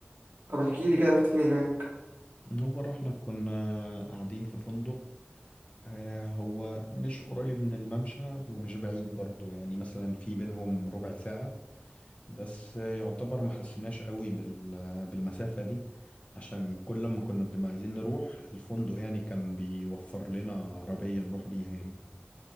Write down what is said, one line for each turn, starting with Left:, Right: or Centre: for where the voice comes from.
Right: طب احكي لي كده رحت فين هناك
Left: هو رحنا كنا قاعدين في فندق آه هو مش قريب من الممشى ومش بعيد برضو يعني مثلا في بينهم ربع ساعة بس آه، يعتبر ما حسيناش قوي بال بالمسافة دي عشان كل لما كنا بنبقى عايزين نروح الفندق يعني كان بيوفر لنا عربية نروح بيها يعني